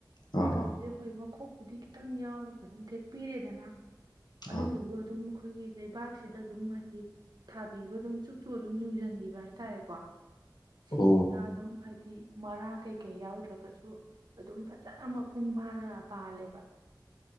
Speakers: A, on the left; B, on the right.
A: ꯑꯥ
B: ꯃꯇꯣꯟꯖꯦ
A: ꯑꯥ
B: ꯍꯣꯏ ꯃꯈꯣꯛꯄꯨꯗꯤ ꯈꯤꯇꯪ ꯌꯥꯎꯔꯒ ꯑꯗꯨꯝ ꯊꯦꯛꯄꯤꯔꯦꯗꯅꯥ ꯑꯗꯨꯗꯨꯒ
A: ꯑꯥ
B: ꯑꯗꯨꯝ ꯑꯈꯣꯏꯒꯤ ꯂꯩꯕꯥꯛꯁꯤꯗ ꯑꯗꯨꯝ ꯍꯥꯏꯗꯤ ꯊꯥꯕꯤꯕ ꯑꯗꯨꯝ ꯆꯨꯛ ꯆꯨ ꯑꯗꯨꯝ ꯌꯨꯡꯖꯟꯒꯤꯕ ꯍꯥꯏꯇꯥꯔꯦꯀꯣ꯫ ꯁꯤꯖꯤꯅ
A: ꯑꯣ
B: ꯑꯗꯨꯝ ꯍꯥꯏ ꯇꯤ ꯃꯔꯥꯡ ꯀꯩ ꯀꯩ ꯌꯥꯎꯗ꯭ꯔꯒꯁꯨ ꯑꯗꯨꯝ ꯐꯖꯅ ꯃꯄꯨꯡ ꯐꯥꯅ ꯄꯥꯜꯂꯦꯕ꯫